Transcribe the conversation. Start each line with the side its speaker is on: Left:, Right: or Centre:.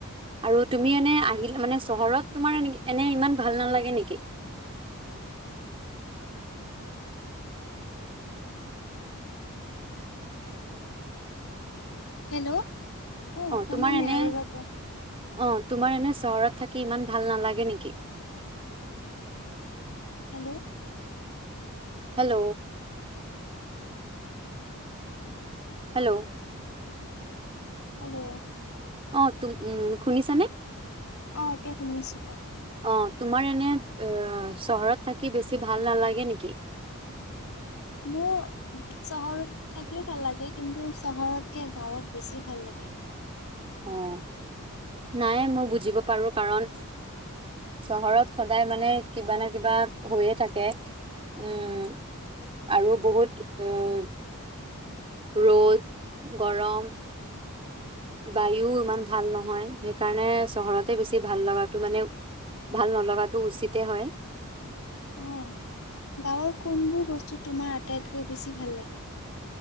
Right: আৰু তুমি এনে আহিলে। মানে চহৰত তোমাৰ এনে ইমান। ভাল নালাগে নেকি?
Left: <inaudible> হেল্ল' অ' শুনা
Right: তোমাৰ এনে
Left: নে আৰু এবাৰ ক
Right: অ' তোমাৰ এনে চহৰত থাকি ইমান ভাল নালাগে নেকি?
Left: হেল্ল'।
Right: হেল্ল'। হেল্ল'।
Left: হেল্ল'।
Right: অ' তুম, উম। শুনিছানে?
Left: অ' এতিয়া শুনিছো কোৱা।
Right: অ' তোমাৰ এনে এ চহৰত থাকি বেছি ভাল নালাগে নেকি?
Left: মোৰ চহৰত থাকিও ভাল লাগে কিন্তু চহৰতকে গাঁৱত বেছি ভাল লাগে।
Right: অ' নাই মই বুজিব পাৰো কাৰণ চহৰত সদায় মানে কিবা ন কিবা হৈয়ে থাকে। উম আৰু বহুত আহ ৰ'দ, গৰম। বায়ু ইমান ভাল নহয়। সেইকাৰণে চহৰতে বেছি ভাল লগাটো মানে ভাল নলগাটো উচিতে হয়।
Left: অ' গাঁৱৰ কোনবোৰ বস্তু তোমাৰ আটাইতকৈ বেছি ভাল লাগে?